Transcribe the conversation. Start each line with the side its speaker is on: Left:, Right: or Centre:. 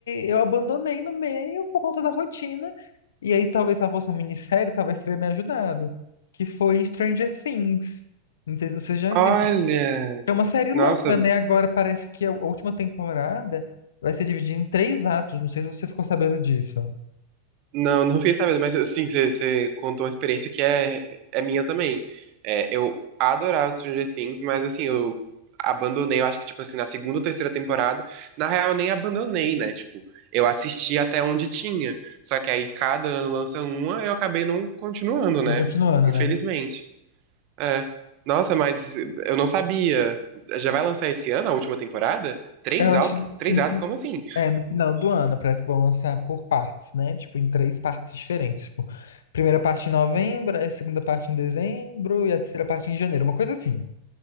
Left: eu abandonei no meio por conta da rotina. E aí, talvez se ela fosse uma minissérie, talvez teria me ajudado. Que foi Stranger Things. Não sei se você já
Right: Olha,
Left: viu. É uma série
Right: nossa,
Left: longa, né? Agora parece que a última temporada vai ser dividida em três atos. Não sei se você ficou sabendo disso.
Right: Não, não fiquei sabendo, mas assim, você você contou uma experiência que é, é minha também. É, eu adorava Stranger Things, mas assim, eu abandonei, eu acho que, tipo assim, na segunda ou terceira temporada, na real, eu nem abandonei, né? Tipo, eu assisti até onde tinha. Só que aí cada ano lança uma, eu acabei não continuando, né?
Left: Não, continuando,
Right: Infelizmente.
Left: né?
Right: É. Nossa, mas eu não sabia. Já vai lançar esse ano a última temporada? Três
Left: Eu acho
Right: atos,
Left: que
Right: três
Left: no,
Right: atos,
Left: fi-
Right: como assim?
Left: é, no final do ano parece que vão lançar por partes, né? Tipo, em três partes diferentes. Tipo, primeira parte em novembro, a segunda parte em dezembro e a terceira parte em janeiro. Uma coisa assim.